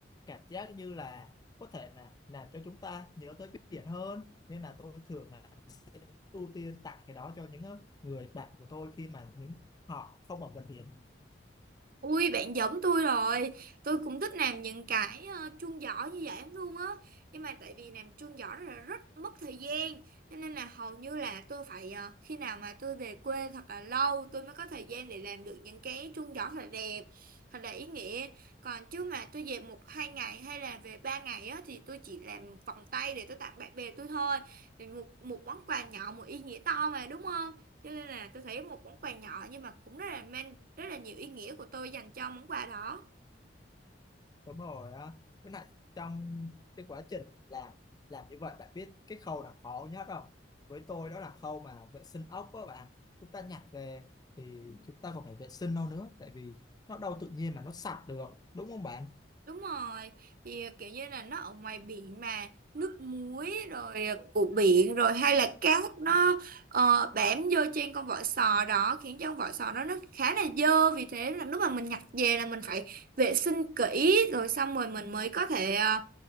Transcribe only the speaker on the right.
Ui bạn giống tôi rồi Tôi cũng thích làm những cái ờ, chuông giỏ như vậy lắm luôn á Nhưng mà tại vì làm chuông giỏ rất là rất mất thời gian Nên nên là hầu như là tôi phải ờ, Khi nào mà tôi về quê thật là lâu Tôi mới có thời gian để làm được những cái chuông giỏ thật là đẹp Thật là ý nghĩa Còn chứ mà tôi về một hai ngày hay là về ba ngày á Thì tôi chỉ làm vòng tay để tôi tặng bạn bè tôi thôi Thì một, một món quà nhỏ một ý nghĩa to mà đúng không cho nên là tôi thấy một món quà nhỏ nhưng mà cũng rất là mang rất là nhiều ý nghĩa của tôi dành cho món quà đó
đúng rồi thì ờ, kiểu như là nó ở ngoài biển mà nước muối rồi của biển rồi hay là cát nó ờ, bám vô trên con vỏ sò đó khiến cho con vỏ sò đó nó khá là dơ vì thế là lúc mà mình nhặt về là mình phải vệ sinh kỹ rồi xong rồi mình mới có thể ờ,